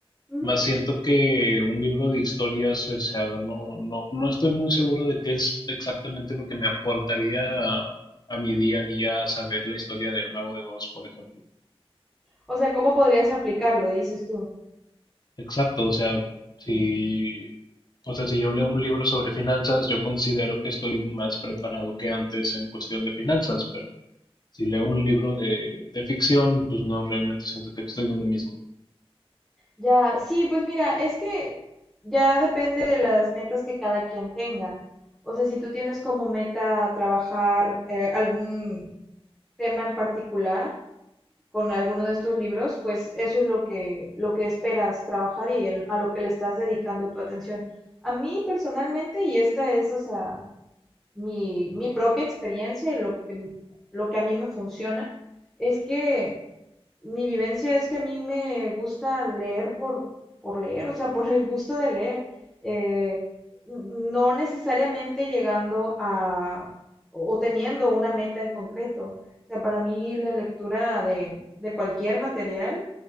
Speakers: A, in the centre; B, on the left.
A: ujú.
B: Más siento que un libro de historias, o sea, no, no, no estoy muy seguro de qué es exactamente lo que me aportaría a, a mi día a día saber la historia del Mago de Oz, por ejemplo.
A: O sea, ¿cómo podrías aplicarlo, dices tú?
B: Exacto, o sea, si,
A: Mm.
B: o sea, si yo leo un libro sobre finanzas, yo considero que estoy más preparado que antes en cuestión de finanzas, pero si leo un libro de, de ficción, pues no, realmente siento que estoy donde mismo.
A: Ya, sí, pues mira, es que ya depende de las metas que cada quien tenga. O sea, si tú tienes como meta trabajar eh, algún tema en particular con alguno de estos libros, pues eso es lo que, lo que esperas trabajar y en- a lo que le estás dedicando tu atención. A mí personalmente, y esta es, o sea, mi, mi propia experiencia y lo, que- lo que a mí me funciona, es que mi vivencia es que a mí me gusta leer por, por leer, o sea, <laughs> por el gusto de leer. Eh, no necesariamente llegando a o teniendo una meta en concreto. O sea, para mí la lectura de, de cualquier material